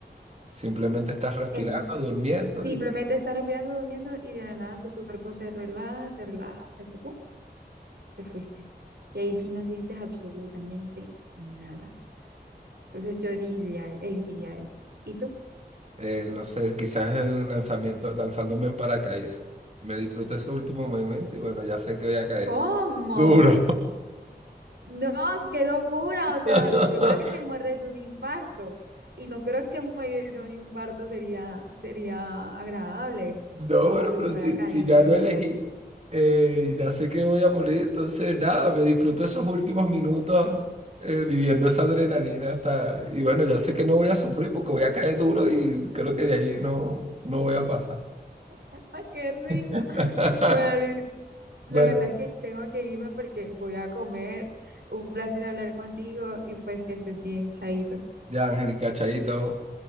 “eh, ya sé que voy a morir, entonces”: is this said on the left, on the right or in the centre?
Right